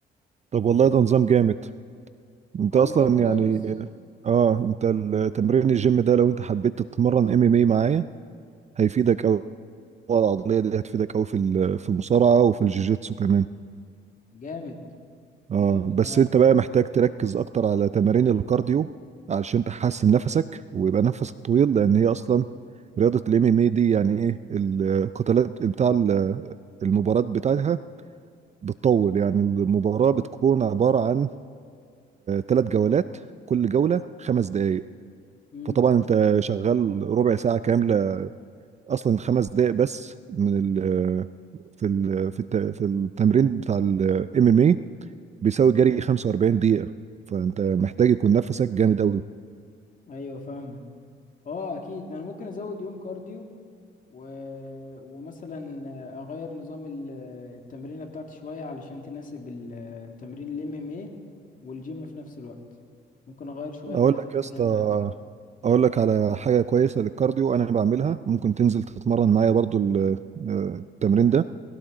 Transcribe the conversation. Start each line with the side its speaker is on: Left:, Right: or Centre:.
Right: طب والله ده نظام جامد انت
Left: هو
Right: اصلا
Left: نظام كويس
Right: يعني اه انت التمرين الجيم ده لو انت حبيت تتمرن ام ام اي معايا هيفيدك قوي العضليه دي هتفيدك قوي في ال- في المصارعه وفي الجوجيتسو كمان
Left: جامد
Right: اه
Left: جامد
Right: بس
Left: أنا
Right: انت بقى محتاج تركز اكتر على تمارين الكارديو علشان تحسن نفسك ويبقى نفسك طويل لان هي اصلا رياضه الام ام اي دي يعني ايه القتالات بتاع ال- المباراه بتاعتها بتطول يعني المباراه بتكون عباره عن ثلاث جولات كل جوله خمس دقائق
Left: مم.
Right: فطبعا انت شغال ربع ساعه كامله اصلا خمس دقائق بس من ال في ال في الت- في التمرين بتاع الام ام اي بيساوي جري 45 دقيقه فانت محتاج يكون نفسك جامد قوي
Left: أيوة فاهمة اه أكيد أنا ممكن أزود يوم كارديو و... ومثلا أغير نظام ال- التمرينة بتاعتي شوية علشان تناسب ال- تمرين ال MMA والجيم في نفس الوقت ممكن أغير شوية
Right: اقول
Left: كده في
Right: لك
Left: التمرينة
Right: يا اسطى
Left: بتاعتي
Right: اقول لك على حاجه كويسه للكارديو انا بعملها ممكن تنزل تتمرن معايا برضو ال- آه، التمرين ده